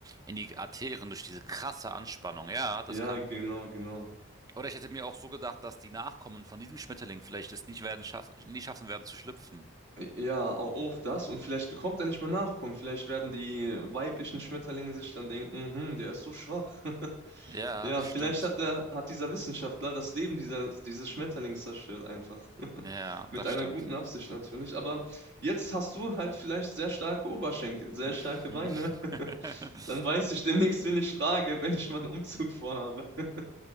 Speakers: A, on the right; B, on the right.
A: in die Arterien durch diese krasse Anspannung. Ja, das
B: Ja,
A: kann.
B: genau, genau.
A: Oder ich hätte mir auch so gedacht, dass die Nachkommen von diesem Schmetterling vielleicht es nicht werden schaffen, nie schaffen werden zu schlüpfen.
B: Ja, au- auch das. Und vielleicht bekommt er nicht mehr Nachkommen. Vielleicht werden die weiblichen Schmetterlinge sich dann denken, hm, der ist so schwach. <laughs>
A: Ja,
B: Ja,
A: das
B: vielleicht
A: stimmt.
B: hat der, hat dieser Wissenschaftler das Leben dieser, dieses Schmetterlings zerstört einfach. <laughs>
A: Ja,
B: Mit
A: das
B: einer
A: stimmt.
B: guten Absicht natürlich. Aber jetzt hast du halt vielleicht sehr starke Oberschenkel, sehr
A: <laughs>
B: starke Beine. <laughs> Dann weiß ich demnächst, wen ich frage, wenn ich mal einen Umzug vorhabe. <laughs>